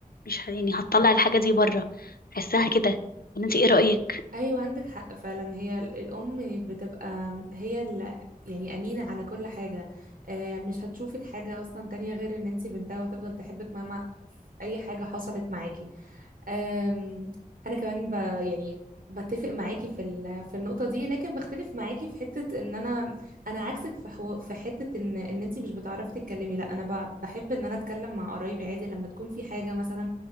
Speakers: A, on the left; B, on the right.
A: مش هت... يعني هتطلع الحاجه دي بره احسها كده ولا انت ايه رأيك
B: ايوه عندك حق فعلا هي ال- الام بتبقى هي ال- يعني امينة على كل حاجة آه، مش هتشوفك حاجة اصلا تانية غير ان انتي بنتها وهتفضل تحبك مهما اي حاجة حصلت معاكي آم، انا كمان ب يعني بتفق معاكي في ال- في النقطة دي لكن بختلف معاكي في حتة ان انا انا عكسك في حو... في حتة ان ان انتي مش بتعرفي تتكلمي لا انا ب... بحب ان انا اتكلم مع قرايبي عادي لما تكون في حاجة مثلا